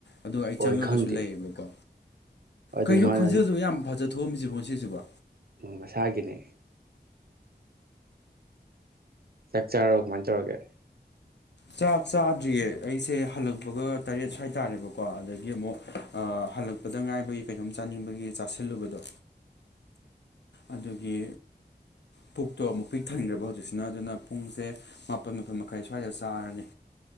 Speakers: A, on the left; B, on the right.
A: ꯑꯗꯨ ꯑꯩ
B: ꯑꯣꯏ
A: ꯆꯪꯉꯒꯁꯨ
B: ꯈꯪꯗꯦ
A: ꯂꯩꯌꯦꯕꯀꯣ
B: ꯑꯗꯨꯅ
A: ꯀꯩꯅꫭ
B: ꯃꯥꯅ
A: ꯈꫭꯟꯖꯤꯦꯜꯗꯨ ꯌꯥꯝ ꯐꯖ ꯊ ꯊꯣꯛꯑꯝꯃꯤꯁꯤꯕꯣ ꯉ ꯁꯤꯁꯤꯕ
B: ꯃꯁꯥꯒꯤꯅꯤ ꯆꯥꯛ ꯆꯥꯔꯕꫭ ꯀꯃꯥꯏꯅ ꯇꯧꯔꯒꯦ
A: ꯆꯥꯛ ꯆꯥꯗ꯭ꯔꯤꯌꯦ ꯑꯩꯁꯦ ꯍꯜꯂꯛꯄꯒ ꯇꯔꯦꯠ ꯁ꯭ꯋꯥꯏ ꯇꯥꯔꯦꯕꯀꯣ ꯑꯗꯒꯤ ꯑꯃꯨꯛ ꯍꯜꯂꯛꯄꯗ ꯉꯥꯏꯕꯒꯤ ꯀꯩꯅꯣꯝ ꯆꯥꯅꯤꯡꯕꯒꯤ ꯆꯥꯁꯤꯜꯂꯨꯕꯗꯣ ꯑꯗꯨꯒꯤ ꯄꯨꯛꯇꯣ ꯑꯃꯨꯛ ꯄꯤꯛ ꯊꯟꯈ꯭ꯔꯦꯕ ꯍꯧꯖꯤꯛꯁꯤꯅ ꯑꯗꯨꯅ ꯄꯨꯡꯁꯦ ꯃꯥꯄꯜ ꯃꯥꯄꯜ ꯃꯈꯥꯏ ꯁ꯭ꯋꯥꯏꯗ ꯆꯥꯔꯅꯤ